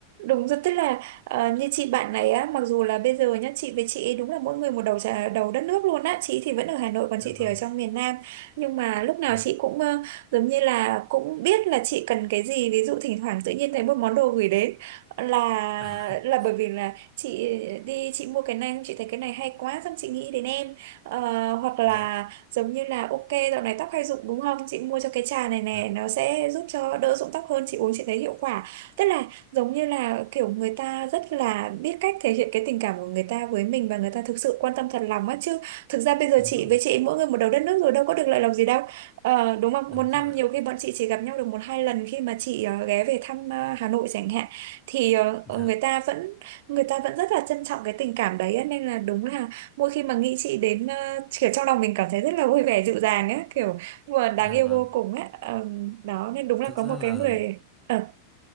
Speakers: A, on the right; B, on the left.
A: Đúng rồi, tức là ờ, như chị bạn này á, mặc dù là bây giờ nhá, chị với chị ấy đúng là mỗi người một đầu trà, đầu đất nước luôn á, chị thì vẫn ở Hà Nội còn
B: dạ
A: chị
B: vâng
A: thì ở trong miền Nam. Nhưng mà lúc nào
B: dạ
A: chị cũng ờ, giống như là cũng biết là chị cần cái gì, ví dụ thỉnh thoảng tự nhiên thấy một món đồ gửi đến là
B: <laughs>
A: là bởi vì là chị đi chị mua cái này chị thấy cái này hay quá xong chị nghĩ đến em. Ờ, hoặc là
B: dạ
A: giống như là ok dạo này tóc hay rụng đúng không? Chị mua cho cái trà này nè,
B: dạ
A: nó sẽ giúp cho đỡ rụng tóc hơn, chị uống chị thấy hiệu quả. Tức là giống như là kiểu người ta rất là biết cách thể hiện cái tình cảm của người ta với mình và người ta thực sự quan tâm thật lòng á chứ thực ra bây giờ
B: đúng
A: chị
B: rồi
A: với chị mỗi người một đầu đất nước rồi đâu có được lợi lòng gì đâu Ờ, đúng không
B: đúng
A: một năm
B: rồi
A: nhiều
B: ạ
A: khi bọn chị chỉ gặp nhau được một hai lần khi mà chị ờ, ghé về thăm ờ, Hà Nội chẳng hạn thì ờ,
B: dạ
A: ờ, người ta vẫn người ta vẫn rất là trân trọng cái tình cảm đấy á. nên là đúng là mỗi khi mà nghĩ chị đến ờ, kiểu trong lòng mình cảm thấy rất là vui vẻ dịu dàng á kiểu vừa đáng
B: dạ
A: yêu
B: vâng
A: vô cùng á Ờ, đó nên đúng là
B: thực
A: có
B: ra
A: một
B: là
A: cái người ờ.